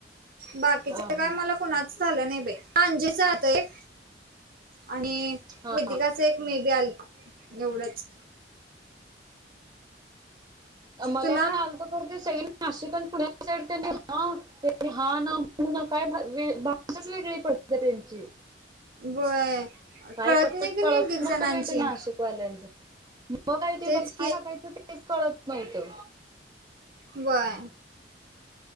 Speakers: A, on the right (about 55°); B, on the right (about 25°).
A: बाकीच
B: अ हा
A: काय मला कुणाच आलं नाही बाई आंजिच आलत एक आणि
B: हा
A: वेदिकाच एक मे बी आल एवढंच
B: मला
A: तुला
B: पण आलत सई नाशिक पुण्या साईड ते ह <unintelligible> ते हा ना हो ना काय भाषाच वेगळी पडते त्यांची.
A: वय
B: काय
A: कळत
B: पटपट
A: नाही का
B: कळत
A: नाही एक एक
B: नव्हतं
A: जणांची
B: बाई ते नाशिक मग काय तिथं
A: तेच
B: थ काय टाकायचं तेच कळत नव्हतं.
A: व्हय.